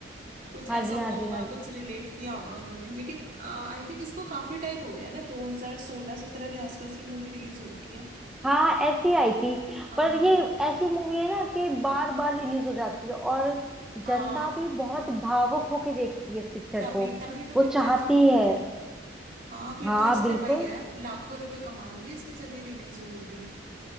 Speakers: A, on the right; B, in the centre.
A: कुछ
B: हाँ
A: ऐसा
B: जी हाँ
A: होगा
B: जी हाँ जी
A: कुछ रिलेट किया होगा उन्होंने लेकिन आई थिंक इसको काफी टाइम हो गया ना 2016-17 के आसपास ये मूवी रिलीज हो रखी है
B: हाँ ऐसी आई थी
A: हाँ
B: पर ये ऐसी मूवी है ना कि बार बार रिलीज हो जाती है और
A: हाँ
B: जनता भी बहुत भावुक होके देखती है इस पिक्चर
A: तभी
B: को
A: तभी तो
B: वो
A: पिक्चर
B: चाहती
A: चलती
B: है
A: है हाँ फिर
B: हाँ
A: तो इसने
B: बिल्कुल
A: वही है लाखों रुपए कमाए होंगे इसने जब ये रिलीज हुई होगी